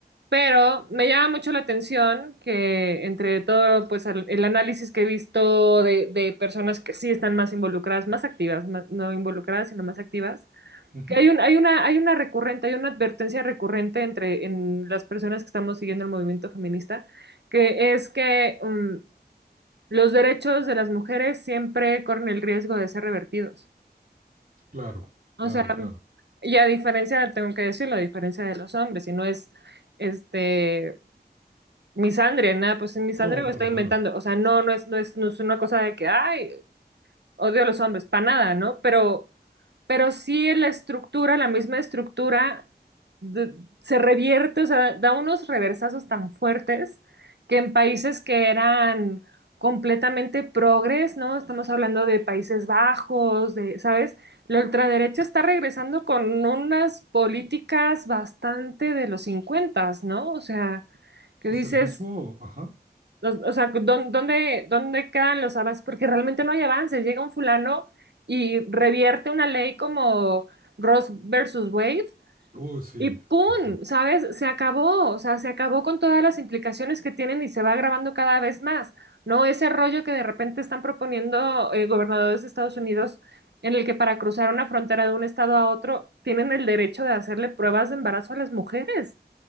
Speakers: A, on the right; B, on the right.
A: Pero me llama mucho la atención que entre todo, pues al- el análisis que he visto de, de personas que sí están más involucradas, más activas, más- no involucradas, sino más activas,
B: Uh -huh.
A: que hay un, hay una, hay una recurrente, hay una advertencia recurrente entre en las personas que estamos siguiendo el movimiento feminista, que es que mm, los derechos de las mujeres siempre corren el riesgo de ser revertidos.
B: Claro,
A: O
B: claro,
A: sea,
B: claro.
A: y a diferencia, tengo que decirlo, a diferencia de los hombres, y no es este Misandria, nada, pues en misandria
B: No,
A: lo estoy
B: para
A: inventando.
B: nada.
A: O sea, no, no es, no es, no es una cosa de que, ay, odio a los hombres, para nada, ¿no? Pero, pero sí la estructura, la misma estructura, de- se revierte, o sea, da unos reversazos tan fuertes que en países que eran completamente progres, ¿no? Estamos hablando de Países Bajos, de, ¿sabes? La ultraderecha está regresando con unas políticas bastante de los 50, ¿no? O sea que
B: Pues
A: dices,
B: el mismo, ajá.
A: los- o sea, ¿dó- ¿dónde, dónde quedan los avances? Porque realmente no hay avances. Llega un fulano y revierte una ley como Ross versus Wade
B: Uh, sí,
A: y ¡pum!
B: ajá,
A: ¿Sabes? Se acabó. O sea, se acabó con todas las implicaciones que tienen y se va agravando cada vez más. No ese rollo que de repente están proponiendo eh, gobernadores de Estados Unidos en el que para cruzar una frontera de un estado a otro tienen el derecho de hacerle pruebas de embarazo a las mujeres.